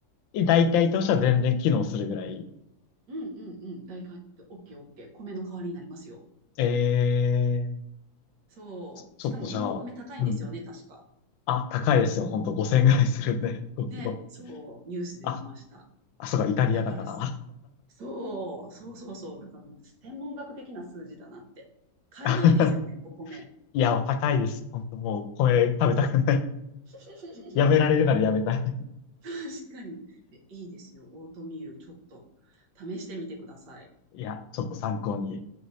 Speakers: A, on the left; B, on the right.
A: え大体としては全然機能するぐらい。
B: うんうんうん、大体、オッケーオッケー。米の代わりになりますよ。
A: ええ
B: そう。
A: ちょっとじゃあ、
B: しかも今お米高いんですよね、
A: うん。
B: 確か。
A: あ、高いですよ。ほんと5000円ぐらいするんで、5キロ。
B: ね。そう。ニュースで見ました。
A: あ、あ、そうか、イタリアだから。
B: だからそうそうそうそう。だからもう天文学的な数字だなって。買えないですよね、
A: <laughs>
B: お米。
A: いや、高いです。ほんともう、これ食べたくない。
B: うん。<laughs>
A: やめられるならやめたい。
B: 確かに。えいいですよ。オートミール、ちょっと試してみてください。
A: いや、ちょっと参考に